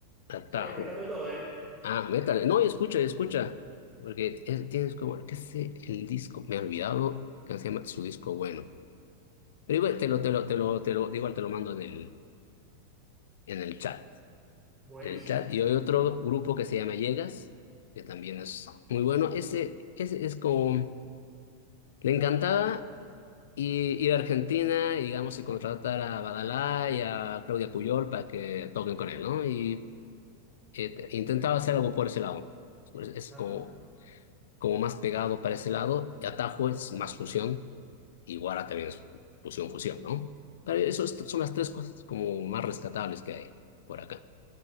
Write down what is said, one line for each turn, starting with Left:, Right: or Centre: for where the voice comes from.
Left: Atajo.
Right: estoy anotando todo, ¿eh?
Left: Ah, métale, no, y escucha, y escucha, porque es- tienes como, qué sé, el disco, me he olvidado que se llama su disco bueno. Pero igual te lo, te lo, te lo, te lo, igual te lo mando en el, en el chat.
Right: Buenísimo.
Left: el chat. Y hay otro grupo que se llama Llegas, que también es muy bueno. Ese, ese es como, le encantaba i- ir a Argentina, digamos, y contratar a Badalá y a Claudia Puyol para que toquen con él, ¿no? Y eh, te- intentaba hacer algo por ese lado. Pues es
Right: Ajá,
Left: como, como más pegado para ese lado. Y Atajo es más fusión. Y Guara también es fusión, fusión, ¿no? Pero eso es- son las tres cosas como más rescatables que hay por acá.